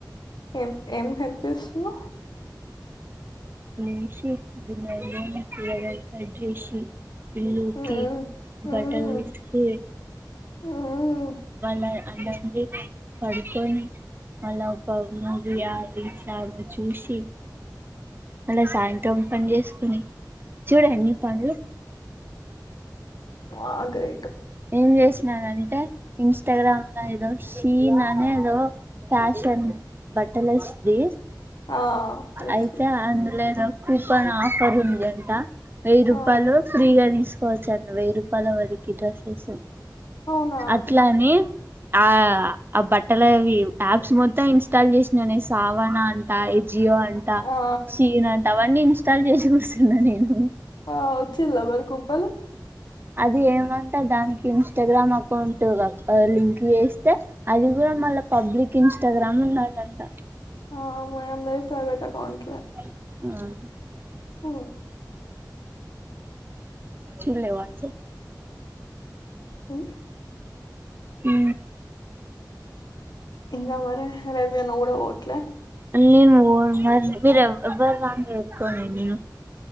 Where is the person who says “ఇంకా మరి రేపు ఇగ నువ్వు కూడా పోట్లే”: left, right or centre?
Left